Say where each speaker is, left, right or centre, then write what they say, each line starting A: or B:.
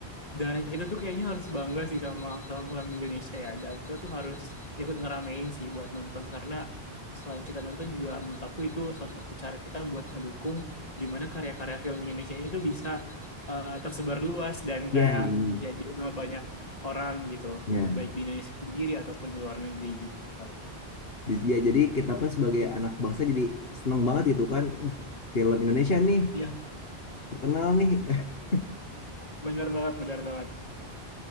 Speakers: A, on the left; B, on the left.
A: Dan kita tuh kayaknya harus bangga sih sama film-film Indonesia ya. Dan kita tuh harus ikut ngeramein sih buat nonton karena selain kita nonton juga menurut aku itu salah satu cara kita buat ngedukung gimana karya-karya film Indonesia ini tuh bisa eh, tersebar luas dan
B: Ya,
A: kayak
B: benar.
A: ya dikenal banyak orang gitu,
B: Ya.
A: baik di Indonesia sendiri ataupun di luar negeri gitu sih paling.
B: Di- Ya, jadi kita pun sebagai anak bangsa jadi seneng banget gitu kan. Uh, film Indonesia nih
A: Iya,
B: terkenal nih. <laughs>
A: benar banget, benar banget.